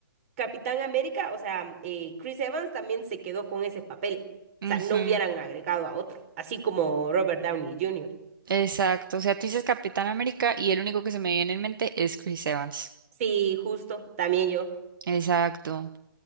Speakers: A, on the right; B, on the right.
A: Capitán América, o sea, eh, Chris Evans también se quedó con ese papel,
B: Ujú,
A: o sea, no hubieran agregado a otro, así como Robert Downey Jr.
B: Exacto. O sea, tú dices Capitán América y el único que se me viene en mente es Chris Evans.
A: Sí, justo, también yo.
B: Exacto.